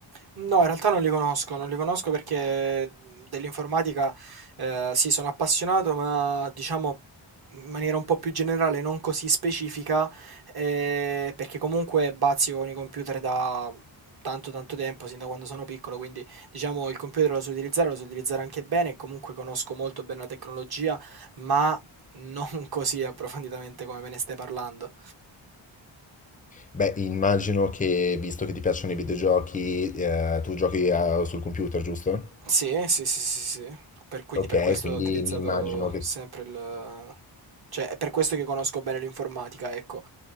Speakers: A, on the right; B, on the left.
A: No, in realtà non li conosco, non li conosco perché mh, dell'informatica eh, sì, sono appassionato, ma diciamo in maniera un po' più generale, non così specifica, eh, perché comunque bazzico con i computer da tanto tanto tempo, sin da quando sono piccolo, quindi diciamo il computer lo so utilizzare, lo so utilizzare anche bene, e comunque conosco molto bene la tecnologia, ma non <laughs> così approfonditamente come me ne stai parlando.
B: Beh, immagino che, visto che ti piacciono i videogiochi, eh, tu giochi eh, sul computer, giusto?
A: Sì, sì, sì, sì, sì. Per- quindi
B: Ok,
A: per questo
B: quindi
A: ho utilizzato
B: mi immagino che...
A: sempre il... Cioè, è per questo che conosco bene l'informatica, ecco.